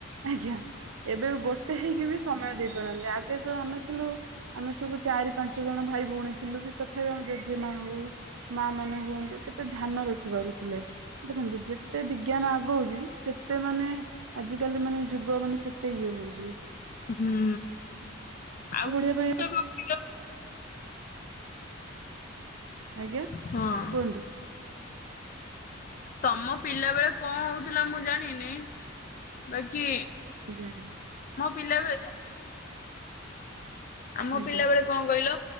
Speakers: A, on the right; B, on the left.
A: ଆଜ୍ଞା ଏବେ ଗୋଟେ ହେଇକି ବି ସମୟ ଦେଇପାରନ୍ତି ଆଗେ ତ ଆମେ ଥିଲୁ ଆମେ ସବୁ ଚାରି ପାଞ୍ଚ ଜଣ ଭାଇ ଭଉଣୀ ଥିଲୁ କି ତଥାପି ଆମେ ଜେଜେମା ହଉ ମା ମାନେ ହୁଅନ୍ତୁ କେତେ ଧ୍ୟାନ ରଖିପାରୁଥିଲେ ଦେଖନ୍ତୁ ଯେତେ ବି ଜ୍ଞାନ ଆଗଉଛି ସେତେ ମାନେ ଆଜିକାଲି ମାନେ ଯୁଗ ମାନେ ସେତେ ଇଏ ହଉଛି
B: ହୁଁ
A: ପାଠ
B: ଆଉ ଗୋଟେ
A: ପଢିବା ପାଇଁ
B: କଣ କହିଲ?
A: ଆଜ୍ଞା
B: ହଁ
A: କୁହନ୍ତୁ
B: ତମ ପିଲା ବେଳେ କଣ ହଉଥିଲା ମୁଁ ଜାଣିନି ବାକି
A: ା <inaudible> <unintelligible>
B: ପିଲାବେେଳେ ଆମ
A: ଆଜ୍ଞା
B: ପିଲା ବେଳେ କଣ କହିଲ